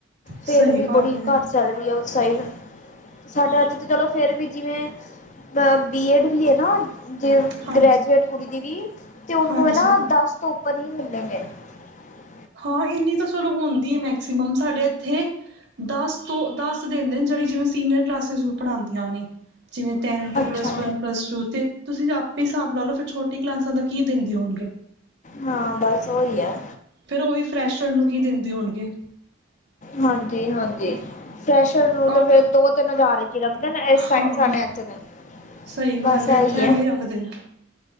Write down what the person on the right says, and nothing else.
ਸਹੀ
ਗੱਲ
ਹੈ
ਹਾਂਜੀ ਹਾਂਜੀ।
ਹਾਂ, ਇੰਨੀ। ਚਲੋ, ਹੁੰਦੀ ਹੈ ਮੈਕਸੀਮਮ ਸਾਡੇ ਇੱਥੇ। ਦਸ ਤੋਂ ਦਸ ਦਿੰਦੇ ਨੇ, ਜਿਹੜੀ ਜਿਵੇਂ ਸੀਨੀਅਰ ਕਲਾਸਿਸ ਪੜਾਉਂਦੀਆਂ ਨੇ। ਜਿਵੇਂ ਟੈਨਥ,
ਪਲੱਸ ਵਨ, ਪਲੱਸ ਟੂ ਤੇ ਤੁਸੀਂ ਆਪੇ ਹੀ ਹਿਸਾਬ ਲਾ ਲਓ, ਫਿਰ ਛੋਟੀ ਕਲਾਸਾਂ ਦਾ ਕੀ ਦਿੰਦੇ ਹੋਣਗੇ।
ਫਿਰ ਉਹ ਵੀ, ਫਰੈਸ਼ਰ ਨੂੰ ਕੀ ਦਿੰਦੇ ਹੋਣਗੇ?
ਅੱਠ
ਹਾਂ,
ਸਹੀ ਗੱਲ
ਹੈ। ਇੱਥੇ ਐਵੇਂ ਹੀ ਰੱਖਦੇ ਨੇ।